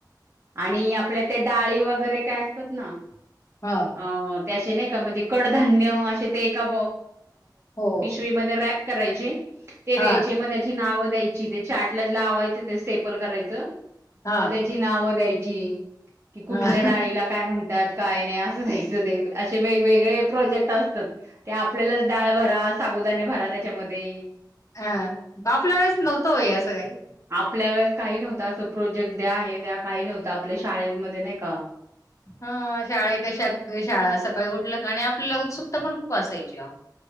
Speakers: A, on the right; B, on the left.
A: आणि आपल्या त्या डाळी वगैरे काय असतात ना.
B: हा
A: अ. ते असे नाही का, म्हणजे कडधान्य असे ते एका
B: हो.
A: पिशवीमध्ये रॅप करायचे. ते द्यायचे,
B: हां,
A: मग त्याची नावं द्यायची. त्याच्या चार्टला लावायचं ते स्टेपल करायचं.
B: हां,
A: मग त्याची नावं द्यायची. की कुठल्या
B: हां,
A: डाळीला काय म्हणतात. काय नाही असं द्यायचं ते. असे वेगवेगळे प्रोजेक्ट असतात. ते आपल्याला डाळ भरा, साबुदाने भरा, त्याच्यामध्ये.
B: हा आपल्या वेळेस नव्हतं अस काही.
A: आपल्या वेळेस काही नव्हतं. असं प्रोजेक्ट द्या, हे द्या, अस काही नव्हतं आपल्या शाळेमध्ये नाही का.
B: हा शाळा कशा शाळा. सकाळी उठल कणी आपल्याला उत्सुकता पण खूप असायची आहों.